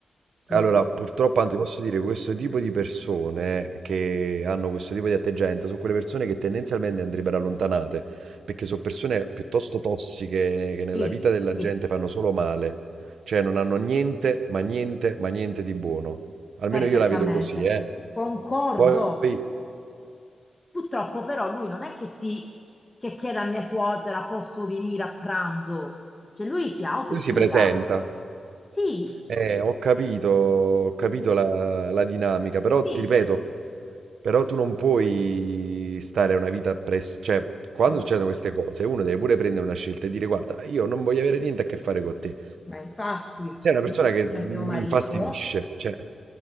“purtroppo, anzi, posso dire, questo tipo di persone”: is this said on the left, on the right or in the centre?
Right